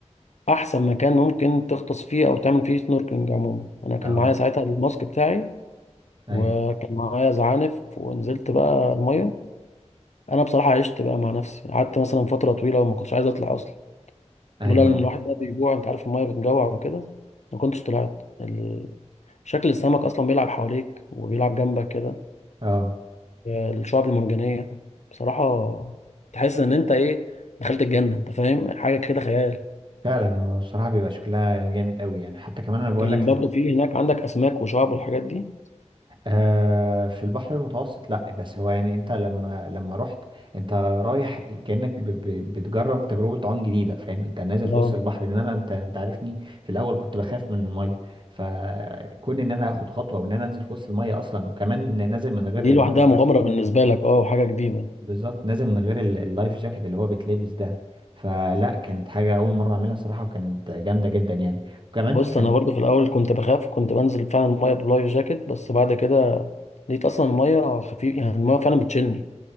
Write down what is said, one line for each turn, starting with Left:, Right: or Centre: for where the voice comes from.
Left: احسن مكان ممكن تغطس فيه او تعمل فيه سنوركلينج عموما انا كان
Right: اه
Left: معايا ساعتها الماسك بتاعي
Right: ايوه
Left: وكان معايا زعانف ونزلت بقى المية انا بصراحه عشت بقى مع نفسي قعدت مثلا فتره طويله وما كنتش عايز اطلع اصلا
Right: ايوه
Left: لولا ان الواحد ده بيجوع انت عارف الميه بتجوع وكده ما كنتش طلعت ال... شكل السمك اصلا بيلعب حواليك وبيلعب جنبك كده
Right: اه
Left: الشعاب المرجانيه بصراحه تحس ان انت ايه دخلت الجنه انت فاهم حاجه كده خيال
Right: فعلا هو بصراحة بيبقى شكلها جامد قوي يعني حتى كمان انا بقول
Left: كان
Right: لك
Left: برضو في هناك عندك اسماك وشعاب والحاجات دي
Right: آه في البحر المتوسط لا بس هو يعني انت لما لما رحت انت رايح كأنك ب ب بتجرب تجربة عوم جديدة فاهم انت نازل
Left: اه
Right: في وسط البحر لان انا انت انت عارفني في الاول كنت بخاف من المية فكون ان انا اخد خطوة وان انا انزل في وسط المية اصلا وكمان نازل من غير
Left: دي
Right: اللي
Left: لوحدها
Right: هو
Left: مغامره بالنسبه لك اه وحاجه جديده
Right: بالظبط نازل من غير ال- اللايف جاكيت اللي هو بيتلبس ده فلا كانت حاجة اول مرة اعملها صراحة وكانت جامدة جدا يعني وكمان
Left: بص
Right: كان
Left: انا برضو في الاول كنت بخاف وكنت بنزل فعلا الميه بلايف جاكيت بس بعد كده لقيت اصلا الميه خفيف يعني الميه فعلا بتشيلني